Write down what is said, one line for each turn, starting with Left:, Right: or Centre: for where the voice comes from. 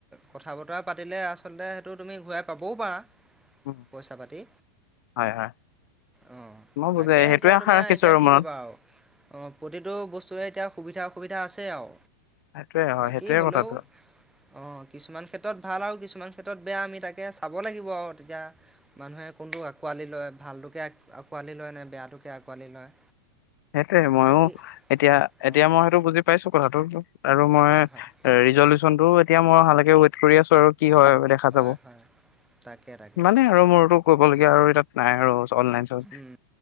Centre: কথা বতৰা পাতিলে আচলতে, সেইটো তুমি ঘূৰাই পাবও পাৰা।
Left: উম,
Centre: পইচা পাতি।
Left: হয় হয়
Centre: অ
Left: মই
Centre: তাকে
Left: বুজে সেইটোৱে
Centre: এতিয়া
Left: আশা
Centre: তোমাৰ
Left: ৰাখিছো
Centre: এতিয়া
Left: আৰু
Centre: কি
Left: মনত
Centre: কবা আও। অ প্ৰতিটো বস্তুৱে সুবিধা অসুবিধা আছে আও।
Left: সেইটোৱে হয়
Centre: বাকী
Left: সেইটোৱে
Centre: হলেও,
Left: কথাটো
Centre: অ কিছুমান ক্ষেত্ৰত ভাল আও, কিছুমান ক্ষেত্ৰত বেয়া আমি তাকে চাব লাগিব আও, এতিয়া মানুহে কোনটো আকোৱালি লয় ভালটোকে আঁকোৱালি লয় নে বেয়া টোকে আঁকোৱালি লয়?
Left: সেইটোৱে ময়ো
Centre: বাকী
Left: এতিয়া। এতিয়া
Centre: অঁ
Left: মই সেইটো বুজি পাইছো কথাটো। আৰু মই
Centre: হয় হয়
Left: ৰিজলো টো এতিয়া মই অহালেকে ৱেইত কৰি আছো আৰু। কি হয় দেখা
Centre: হয়
Left: যাব।
Centre: হয় তাকে তাকে
Left: সিমানে আৰু মোৰতো। কবলগীয়া আৰু ই তাত নাই আৰু। অনলাইন চ
Centre: উম